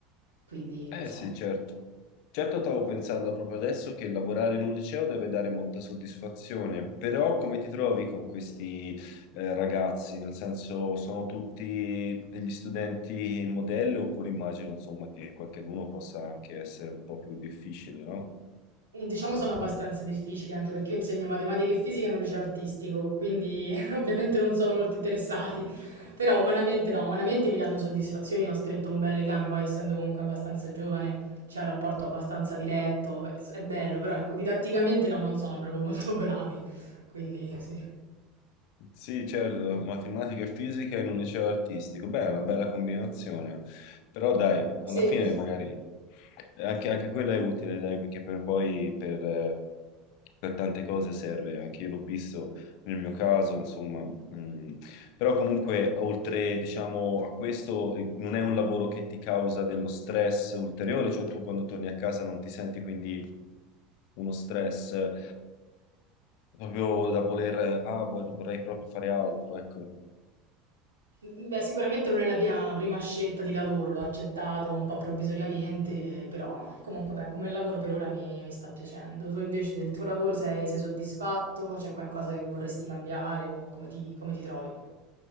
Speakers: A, on the right; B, on the left.
A: quindi non
B: Eh
A: lo so.
B: sì, certo. Certo, stavo pensando proprio adesso che lavorare in un liceo deve dare molta soddisfazione, però come ti trovi con questi eh, ragazzi? Nel senso, sono tutti degli studenti in modello oppure immagino, insomma, che qualcheduno possa anche essere un po' più difficile, no?
A: Diciamo sono abbastanza difficili anche perché io insegno matematica e fisica in un liceo artistico, quindi <laughs> ovviamente non sono molto interessati, però umanamente no, umanamente mi danno soddisfazioni, ho stretto un bel legame, poi essendo comunque abbastanza giovane c'è un rapporto abbastanza diretto, è bello, però ecco, didatticamente no, non sono proprio molto bravi, quindi sì.
B: Sì, certo, matematica e fisica in un liceo artistico. Beh, è una bella combinazione, però dai, alla
A: Sì.
B: fine magari eh, anche, anche quella è utile, dai, perché per poi per, eh, per tante cose serve. Anche io l'ho visto nel mio caso, insomma, mm, però comunque, oltre, diciamo, a questo, eh, non è un lavoro che ti causa dello stress ulteriore, cioè tu quando torni a casa non ti senti quindi uno stress eh, proprio da voler, ah, voglio- vorrei proprio fare altro, ecco.
A: Beh, sicuramente non è la mia prima scelta di lavoro, l'ho accettato un po' provvisoriamente, però comunque beh, come lavoro per ora mi, mi sta piacendo. Tu invece del tuo lavoro sei, sei soddisfatto? C'è qualcosa che vorresti cambiare o come ti, come ti trovi?